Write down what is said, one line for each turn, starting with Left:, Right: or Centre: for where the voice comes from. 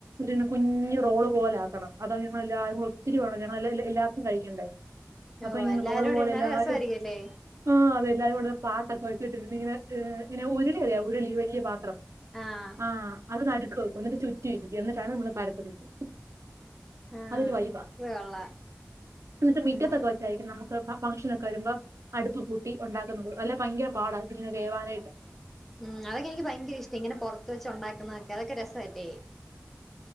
Right: കുെ കുഞ്ഞു റോള് പോലെ ആാക്കണം അത ഞങ്ങല്ലാരും ഒത്തിരി വേണം ഞല്ല എല്ലർക്കും കഴിക്കണ്ടേ അപ്പൊ
Centre: ഓഹ്
Right: ഇങ്ങനെ
Centre: എല്ലാരും
Right: റോള്
Centre: കൂടി
Right: പോലെല്ലാരും
Centre: ഇരുന്ന് നല്ല രസമായിരിക്കുംല്ലേ
Right: ആ് അതെല്ലാവരും കൂടെ പാട്ടൊക്കെ വെച്ചിട്ട്ഇങ്ങനെ ഉരുളിയറിയോ ഉരുളി വലിയ പാത്രം.
Centre: ആഹ്
Right: ആഹ അത് നടുക്ക് വെക്കും എന്നിട്ട് ചുറ്റും ഇരിക്കും എന്നിട്ടാണ് നിങ്ങ പരത്തുന്നത്
Centre: ആഹ്
Right: അതൊരു വൈബാ
Centre: അത് കൊള്ളാം
Right: ന്നട്ട് മിറ്റത്തൊക്കെ
Centre: ഉം
Right: രിക്കും നമുക്ക് ഫംഗ്ഷനോക്കെ വരുമ്പോ അടുപ്പ് കൂട്ടി ഉണ്ടാക്കുന്നുള്ളൂ അല്ലെ ഭയങ്കര പാട വേവാനായിട്ട്.
Centre: ഉം അതൊക്കെ എനിക്ക് ഭയങ്കര ഇഷ്ടം ഇങ്ങനെ പുറത്ത് വെച്ച് ഉണ്ടാക്കുന്നതക്കെ അതക്കെ രസമല്ലെ